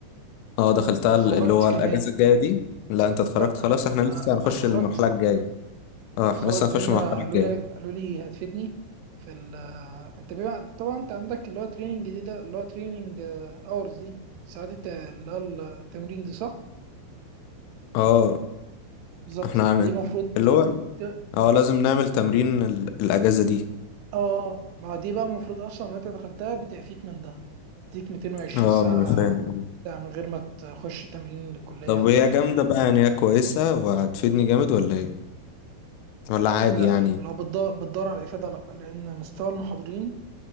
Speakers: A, on the left; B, on the right.
A: اه دخلتها
B: واتخرجت
A: ال- اللي هو
B: كمان
A: الأجازة الجاية دي لا انت اتخرجت
B: لا
A: خلاص احنا لسه
B: أنا
A: هنخش
B: اتخرجت
A: المرحلة الجاية اه احنا
B: اتخرجت
A: لسه هنخش
B: ان
A: المرحلة
B: قالوا
A: الجاية
B: لي قالوا لي هتفيدني في ال انت بيبقى طبعا انت عندك اللي هو تريننج دي ده اللي هو تريننج اورز دي ساعات الت- اللي هو التمرين دي صح
A: اه
B: بالظبط
A: احنا هن...
B: دي المفروض
A: اللي هو
B: ت-
A: اه لازم نعمل تمرين ال... الأجازة دي
B: اه ما دي بقى المفروض اصلا لو انت دخلتها بتعفيك من ده تديك 220
A: اه
B: ساعة
A: ما انا فاهم
B: بتاع من غير ما تخش تمرين للكلية
A: طب
B: او
A: وهي
B: كده
A: جامدة
B: يعني
A: بقى يعني هي كويسة وهتفيدني جامد ولا ايه ولا عادي
B: لا
A: يعني
B: لو بتدور بتدور على الافادة لا لان مستوى المحاضرين